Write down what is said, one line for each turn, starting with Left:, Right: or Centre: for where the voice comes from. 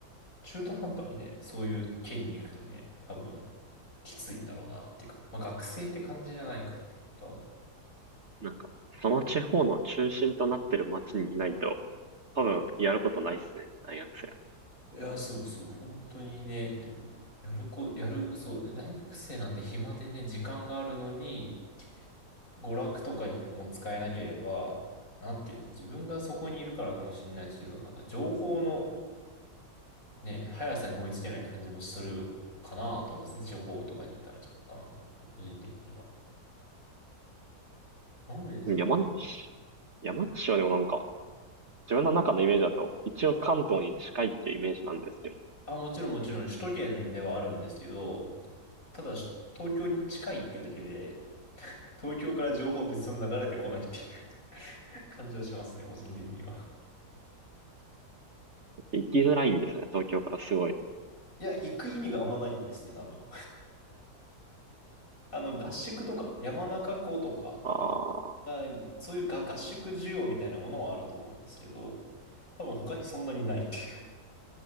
Left: 中途半端にね、そういう県に行くとね、多分、きついんだろうなっていうか、まあ学生って感じじゃないからね、とは思
Right: なんか、その地方の中心となってる町にいないと、多分やることないっすね、大学生は。
Left: う。いや、そうそう、本当にね、やるこ、やる、そうね、大学生なんて暇でね、時間があるのに、娯楽とかにも使えなければ、なんていうの、自分がそこにいるからかもしれないですけど、なんか情報のね、速さに追いつけない感じもするかなと思いますね。地方とかにいたら若干、個人的には。なんでですかね。
Right: 山梨。山梨はでもなんか、自分の中のイメージだと、一応関東に近いっていうイメージなんですけど、
Left: あ、もちろんもちろん首都圏ではあるんですけど、ただし東京に近いっていうだけで、東京から情報は別に流れてこないっていう <laughs> 感じはしますね、個人的には。
Right: 行きづらいんですよね、東京からすごい。
Left: いや、行く意味があんまないんですね、多分。あの、合宿とか、山中湖とか、
Right: ああ、
Left: が、そういうが合宿需要みたいなものはあると思うんですけど、多分他にそんなにないってい